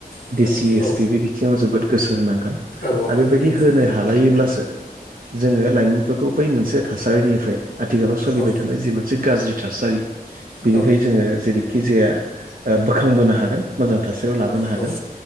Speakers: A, on the left (about 85°); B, on the right (about 60°).
A: औ
B: डिसि एस पि बे सिंङाव जोबोद गोसो होनां गोन
A: औ
B: आरो
A: नोंथां
B: बेबायदि होनो हालायोब्लासो जोङो लाइमोनफोरखौ बै मोनसे थासारिनिफ्राय आथिखालाव सोलिबाय
A: औ
B: थानाय जि मोनसे गाज्रि थासारि बिनिफ्राय
A: औ
B: जोङो जेरैखि जाया ओ बोखांबोनो हागोन। मोजां थासारियाव लाबोनो हागोन।
A: औ